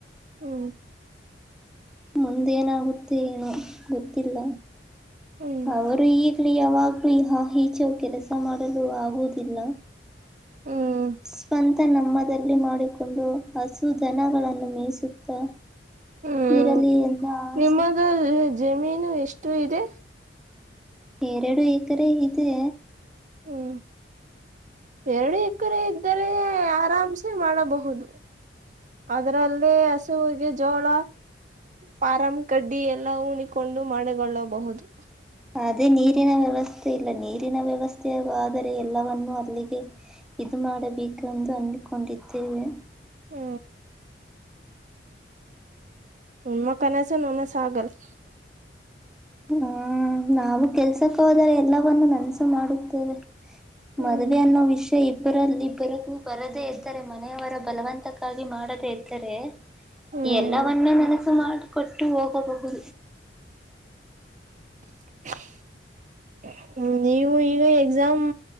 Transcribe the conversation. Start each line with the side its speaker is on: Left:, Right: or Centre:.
Right: ಹ್ಮ್
Centre: ಮುಂದೇನಾಗುತ್ತೆ ಏನೋ ಗೊತ್ತಿಲ್ಲ
Right: ಹ್ಮ್
Centre: ಅವರು ಇಡಲಿ ಯಾವಾಗ ಹಾ ಇಚೆ ಹೋಗಿ ಕೆಲಸ ಮಾಡಲು ಆಗುವುದಿಲ್ಲ
Right: ಹ್ಮ್
Centre: ಸ್ವಂತ ನಮ್ಮದಲ್ಲಿ ಮಾಡಿಕೊಂಡು ಹಸುಧನಗಳನ್ನು ಮೇಸುತ್ತಾ
Right: ಹ್ಮ್
Centre: ಇರಲಿ ಎಲ್ಲಾ ಆಸೆ
Right: ನಿಮ್ಮದು ಜಮೀನು ಎಷ್ಟು ಇದೆ
Centre: ಎರಡು ಏಕರೆ ಇದೆ
Right: ಹ್ಮ್ ಎರಡು ಎಕರೆ ಇದ್ದರೆ ಆರಾಮ್ಸೆ ಮಾಡಬಹುದು ಅದ್ರಲ್ಲಿ ಹಸುವಿಗೆ ಜೋಳ ಫಾರಂ ಕಡ್ಡಿ ಎಲ್ಲ ಉಣಿಕೊಂಡು ಮಾಡಗೊಳ್ಳಬಹುದು
Centre: ಅದೇ ನೀರಿನ ವ್ಯವಸ್ಥೆ ಇಲ್ಲ ನೀರಿನ ವ್ಯವಸ್ಥೆ ಆದರೆ ಎಲ್ಲವನ್ನೂ ಅಲ್ಲಿಗೆ ಇದು ಮಾಡಬೇಕುಂದು ಅಂದಕೊಂಡಿದ್ದೇವೆ
Right: ಹ್ಮ ನಿಮ್ಮ ಕನಸು ನನಸ ಆಗಲಿ.
Centre: ಹಂ ನಾವು ಕೆಲ್ಸಕ್ಕೆ ಹೋದರೆ ಎಲ್ಲವವನ್ನು ನನಸು ಮಾಡುತ್ತೇವೆ.
Right: ಹ್ಮ್
Centre: ಮದ್ವೆ ಅನ್ನೋ ವಿಷಯ ಇದರಲ್ಲಿ ಬರಕೂ ಬರದೇ ಇದ್ದರೆ ಮನೆಯವರ ಬಲವಂತಕ್ಕಾಗಿ ಮಾಡದೇ ಇದ್ದರೆ,
Right: ಹ್ಮ್
Centre: ಎಲ್ಲವನ್ನೂ ನನಸು ಮಾಡಿಕೊಟ್ಟು ಹೋಗಬಹುದು.
Right: <inaudible> ಹ್ಮ ನೀವು ಈಗ ಎಕ್ಸಾಮ್